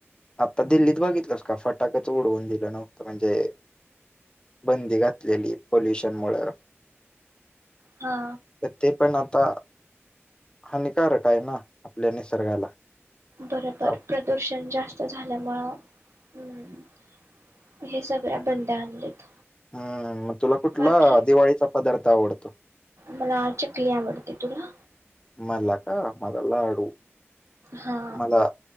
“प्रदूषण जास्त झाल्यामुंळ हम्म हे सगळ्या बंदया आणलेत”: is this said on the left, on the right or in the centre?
Right